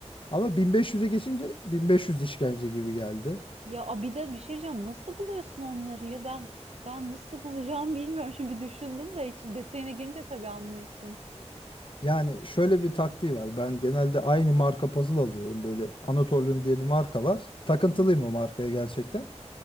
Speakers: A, on the left; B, on the right.
A: Ama 1500'e geçince 1500 işkence gibi geldi.
B: Ya a, bir de bir şey diyeceğim. Nasıl buluyorsun onları ya? Ben ben nasıl bulacağım bilmiyorum. Şimdi bir düşündüm de hiç detayına girince tabii anlıyorsun.
A: Yani şöyle bir taktiği var. Ben genelde aynı marka puzzle alıyorum. Böyle Anatolian diye bir marka var. Takıntılıyım
B: Hı hı.
A: o markaya gerçekten.